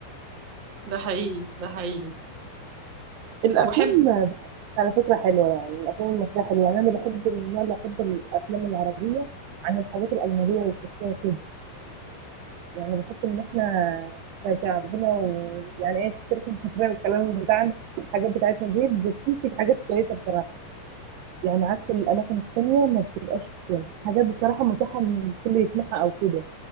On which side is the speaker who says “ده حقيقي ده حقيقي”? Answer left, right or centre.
Right